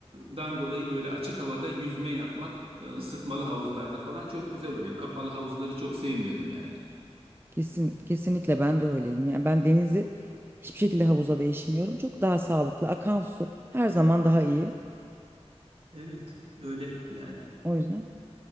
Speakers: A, on the right; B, on the right.
A: e, dan dolayı böyle açık havada yüzme yapmak, e, ısıtmalı havuzlarda falan çok güzel oluyor. Kapalı havuzları çok sevmiyorum yani.
B: kesin kesinlikle ben de öyleyim. Yani ben denizi hiçbir şekilde havuza değişmiyorum. Çok daha sağlıklı. Akan su her zaman daha iyi.
A: Evet, öyle yani.
B: O yüzden.